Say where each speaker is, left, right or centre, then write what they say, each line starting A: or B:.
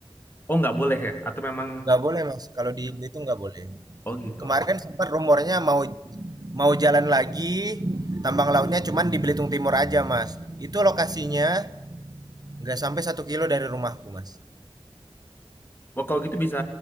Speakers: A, on the left; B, on the right.
A: Oh nggak boleh ya? Atau memang
B: Nggak boleh Mas, kalau di itu nggak boleh.
A: Oh gitu.
B: Kemarin sempat rumornya mau mau jalan lagi tambang lautnya cuman di Belitung Timur aja Mas. Itu lokasinya nggak sampai satu kilo dari rumahku Mas.
A: Wah, kalau gitu bisa